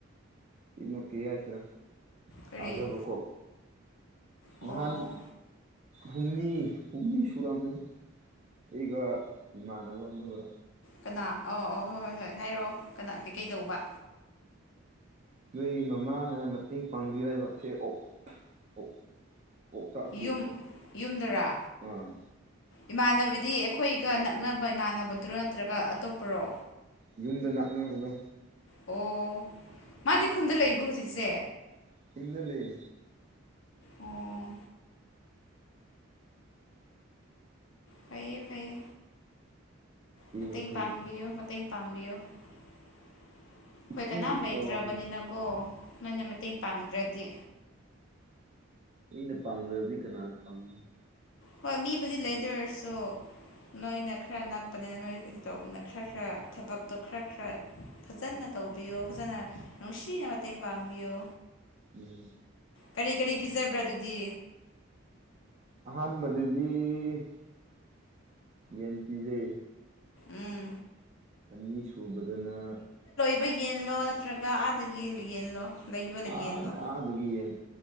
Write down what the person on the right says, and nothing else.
ꯀꯩꯅꯣ ꯀꯦ ꯍꯥꯏꯁꯤꯔꯥ
ꯐꯥꯖꯕꯀꯣ
ꯅꯍꯥꯟ ꯍꯨꯝꯅꯤ ꯍꯨꯝꯅꯤ ꯁꯨꯔꯛꯑꯝꯕꯅꯤ ꯑꯩꯒ ꯏꯃꯥꯟꯅꯕ ꯑꯃꯒ
ꯅꯣꯏ ꯃꯃꯥꯅ ꯃꯇꯦꯡ ꯄꯥꯡꯕꯤꯌꯨ ꯍꯥꯏꯕꯁꯦ ꯑꯣ ꯑꯣ ꯑꯣꯣꯛꯇꯀꯤ
ꯑꯥ
ꯌꯨꯝꯗꯅꯥꯃꯦꯕꯗꯣ
ꯈꯨꯨꯟꯗ ꯂꯩ
ꯀꯩꯅꯣ
ꯐꯩꯁꯦ
ꯏꯄꯤ
ꯑꯣ
ꯏꯩꯅꯄꯥꯡꯗꯗꯤ ꯀꯅꯥꯄꯥꯡ
ꯎꯝ
ꯑꯍꯥꯟꯕꯥꯟꯕꯅꯦꯖꯤ ꯌꯦ ꯄꯤꯖꯦ
ꯑꯅꯤ ꯁꯨꯕꯗꯅ
ꯑ
ꯑꯒ ꯌꯦꯟ